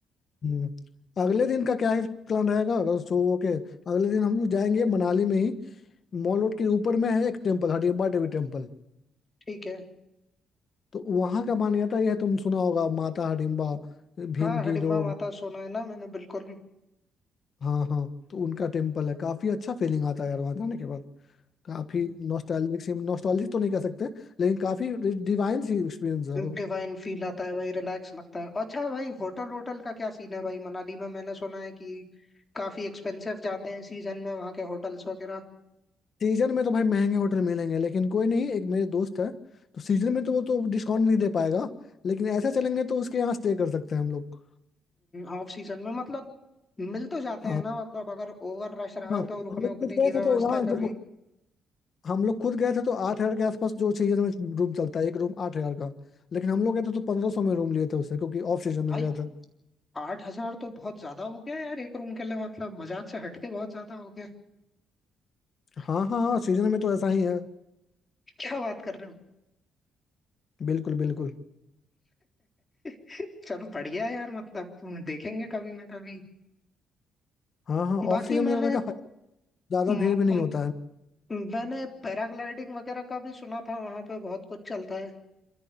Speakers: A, on the left (about 45°); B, on the left (about 25°).
A: हम्म, अगले दिन का क्या है प्लान रहेगा अगर सो ओके अगले दिन हम लोग जाएंगे मनाली में ही मॉल रोड के ऊपर में है एक टेम्पल हडिम्बा देवी टेम्पल
B: ठीक है
A: तो वहाँ का मान्यता यह है, तुम सुना होगा माता हडिम्बा भीम
B: हाँ
A: की
B: हिडिंबा
A: जो
B: माता सोना है ना मैंने बिल्कुल
A: हाँ हाँ तो उनका टेम्पल है काफी अच्छा फीलिंग आता है यार वहाँ जाने के बाद काफी नॉस्टैल्जिक सी नॉस्टैल्जिक तो नहीं कह सकते लेकिन काफी डिवाइन सी एक्सपीरियंस है वो
B: डिवाइन फील आता है भाई रिलैक्स लगता है अच्छा भाई होटल होटल का क्या सीन है भाई मनाली में मैंने सुना है कि काफी एक्सपेंसिव जाते हैं सीजन में वहाँ के होटल्स वगैरह
A: सीजन में तो भाई महंगे होटल मिलेंगे लेकिन कोई नहीं एक मेरे दोस्त है तो सीजन में तो वो तो डिस्काउंट नहीं दे पाएगा लेकिन ऐसा चलेंगे तो उसके यहाँ स्टे कर सकते हैं हम लोग
B: ऑफ सीजन में मतलब मिल तो जाते
A: हाँ
B: हैं ना मतलब अगर ओवर रश रहा
A: हाँ
B: तो रुकने
A: हम लोग
B: उकने
A: खुद
B: की
A: गए
B: व्यवस्था
A: थे तो वहाँ देखो
B: कभी
A: हम लोग खुद गए थे तो आठ हजार के आसपास जो सीजन में रूम चलता है एक रूम आठ हजार का लेकिन हम लोग गए थे तो पंद्रह सौ में रूम लिए थे उससे क्योंकि ऑफ सीजन में
B: भाई
A: गए थे
B: आठ हजार तो बहुत ज्यादा हो गया यार एक रूम के लिए मतलब मजाक से हटके बहुत ज्यादा हो गया
A: हाँ हाँ हाँ सीजन में तो ऐसा ही है
B: <laughs> क्या बात कर रहे हो
A: बिल्कुल बिल्कुल
B: <laughs> चलो बढ़िया यार मतलब देखेंगे कभी ना कभी
A: हाँ हाँ
B: बाकी
A: ऑफ सीजन में
B: मैंने
A: जाने का फायदा ज्यादा
B: म,
A: भीड़ भी नहीं
B: म,
A: होता है
B: मैंने पैराग्लाइडिंग वगैरह का भी सुना था वहां पे बहुत कुछ चलता है